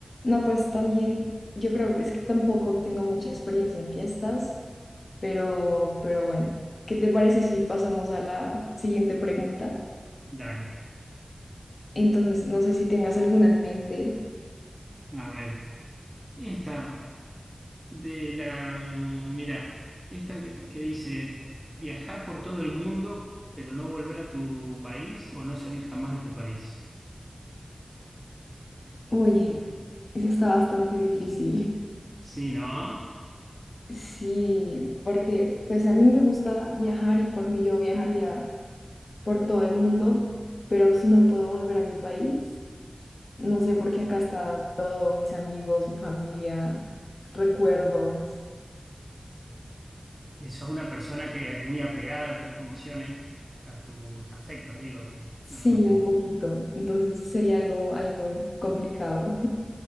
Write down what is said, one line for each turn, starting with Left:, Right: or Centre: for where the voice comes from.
Left: No, pues también, yo creo, es que tampoco tengo mucha experiencia en fiestas, pero, pero bueno, ¿qué te parece si pasamos a la siguiente pregunta?
Right: Dale,
Left: Entonces, no sé si tengas alguna en mente.
Right: a ver, esta de la, mirá, esta que, que dice viajar por todo el mundo, pero no volver a tu país o no salir jamás de tu país.
Left: Uy, eso está bastante difícil.
Right: Sí, ¿no?
Left: Sí, porque pues a mí me gusta viajar y por mí yo viajaría por todo el mundo, pero si no puedo volver a mi país, no sé, porque acá está todo, mis amigos, mi familia, recuerdos.
Right: eso es una persona que es muy apegada a tus emociones, a tus afectos, digo,
Left: Sí,
Right: no emociones.
Left: un poquito. Entonces sería algo, algo complicado.